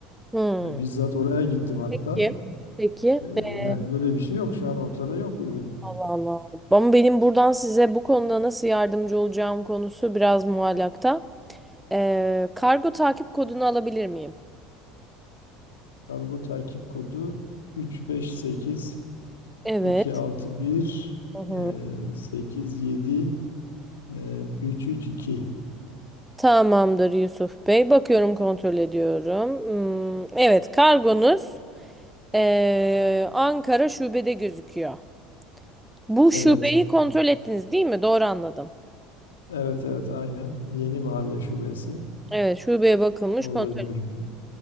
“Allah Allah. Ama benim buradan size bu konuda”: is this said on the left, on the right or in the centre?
Centre